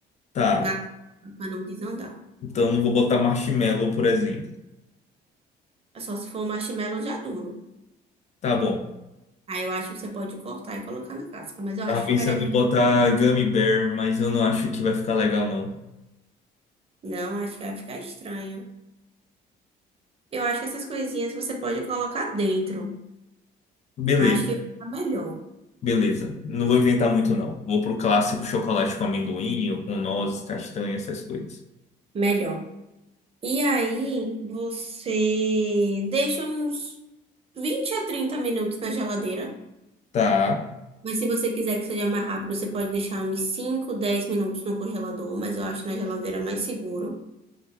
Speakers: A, on the left; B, on the right.
A: Tá.
B: na casca para não desandar.
A: Então não vou botar marshmallow, por exemplo.
B: É só se for um marshmallow já duro.
A: Tá bom.
B: Aí eu acho que você pode cortar e colocar na casca, mas eu
A: Tava
B: acho que
A: pensando
B: ficaria melhor.
A: em botar
B: do que-
A: gummy bear, mas eu não acho que vai ficar legal, não.
B: Não, acho que vai ficar estranho. Eu acho que essas coisinhas você pode colocar dentro.
A: Beleza,
B: Acho que fica melhor.
A: beleza. Não vou inventar muito, não. Vou pro clássico chocolate com amendoim ou com nozes, castanha, essas coisas.
B: Melhor. E aí, você deixa uns 20 a 30 minutos na geladeira.
A: Tá.
B: Mas se você quiser que seja mais rápido, você pode deixar uns 5, 10 minutos no congelador. Mas eu acho na geladeira mais seguro.